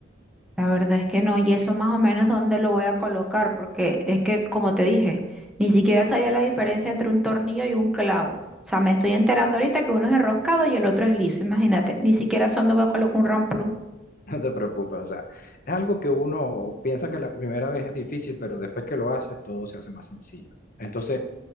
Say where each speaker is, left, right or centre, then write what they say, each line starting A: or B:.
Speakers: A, in the centre; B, on the left.
A: La verdad es que no, y eso más o menos dónde lo voy a colocar, porque es que, como te dije, ni siquiera sabía la diferencia entre un tornillo y un clavo. O sea, me estoy enterando ahorita que uno es enroscado y el otro es liso, imagínate. Ni siquiera sé dónde voy a colocar un ramplú.
B: No te preocupes, o sea, es algo que uno piensa que la primera vez es difícil, pero después que lo haces todo se hace más sencillo. Entonces,